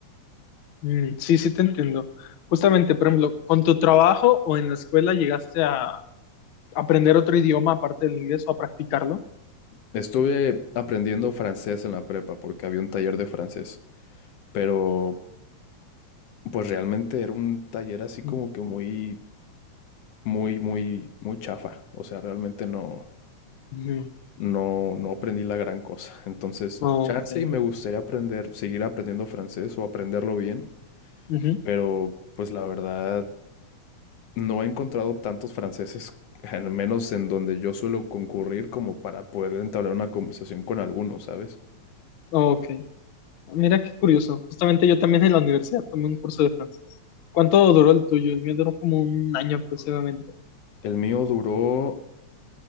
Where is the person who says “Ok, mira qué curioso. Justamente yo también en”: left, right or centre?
Left